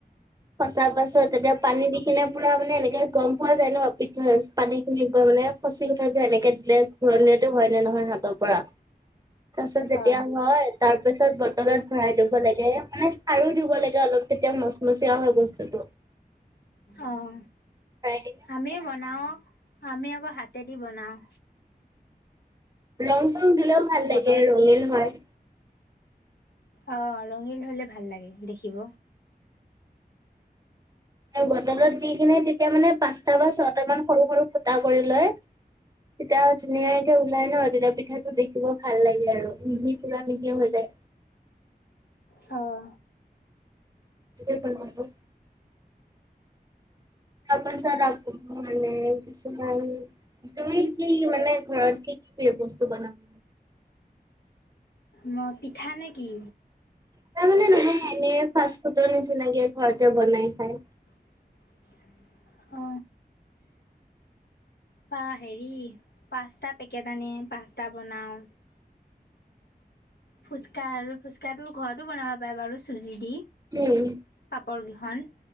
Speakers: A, on the right (about 20°); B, on the left (about 80°).
A: সচাৰ পাছত এতিয়া পানী দি কিনে পুৰা মানে এনেকে গম। পোৱা যায় নয় পিঠ পানীখিনি মানে ফচিং থাকে এনেকৈ দিলে ঘূৰণো হয় নে নহয় হাতত। পৰা। তাৰ পাছ যেতিয়া
B: অ
A: হয় তাৰ পিছত বটলত ভৰাই দিব লাগে মানে ক্ষাৰো দিব লাগে অলপ। তেতিয়া মচমচিয়া হয় বস্তুতো।
B: অহ।
A: কিনে
B: আমিও
A: বটলত
B: বনাওঁ আমি আকৌ হাতেদি বনাওঁ।
A: ৰং চং দিলেও ভাল
B: বটল
A: লাগে ৰঙীন হয়।
B: অ ৰঙীল হলে ভাল লাগে দেখিব।
A: বটলত দি কিনে তেতিয়া মানে পাঁচটা বা ছয়টা মান সৰু সৰু ফুটা কৰি লয়। তেতিয়া ধুনীয়াকে ওলাই নহ তেতিয়া পিঠাটো দেখিব ভাল লাগে আৰু মিহি পুৰা মিহি হৈ যায়।
B: অহ।
A: <unintelligible> তাৰপিছত মানে কিছুমান। তুমি কি মানে ঘৰত কি কি প্ৰিয় বস্তু বনাব।
B: মই পিঠা নে কি।
A: তাৰ মানে নহয় এনে ফাষ্ট ফুডৰ নিচিনাকে ঘৰতে বনাই খাই।
B: <unintelligible> অ পা হেৰি পাস্তা পেকেট আনি পাস্তা বনাওঁ। ফুচকা আৰু ফুচকাটো ঘৰতো বনাব পাৰে বাৰু চুজি দি।
A: উম,
B: পাপৰ কেইখন